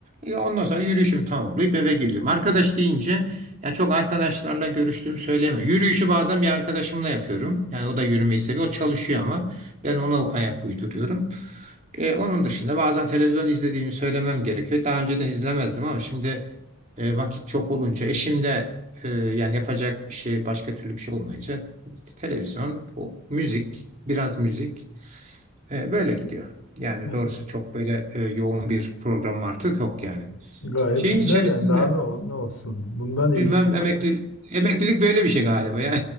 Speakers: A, on the right; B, on the left.
A: E, ondan sonra yürüyüşümü tamamlayıp eve geliyorum. Arkadaş deyince ya çok arkadaşlarla görüştüğümü söyleme. Yürüyüşü bazen bir arkadaşımla yapıyorum. Yani o da yürümeyi seviyor. O çalışıyor ama ben ona ayak uyduruyorum. E, onun dışında bazen televizyon izlediğimi söylemem gerekiyor. Daha önceden izlemezdim ama şimdi e, vakit çok olunca eşim de e, yani yapacak bir şey başka türlü bir şey olmayınca Televizyon, o müzik, biraz müzik e, böyle gidiyor. Yani
B: e,
A: doğrusu çok böyle e, yoğun bir program artık yok yani.
B: gayet
A: Şeyin
B: güzel
A: içerisinde
B: yani daha ne ol, ne olsun? Bundan iyisi.
A: bilmem emekli emeklilik böyle bir şey galiba ya.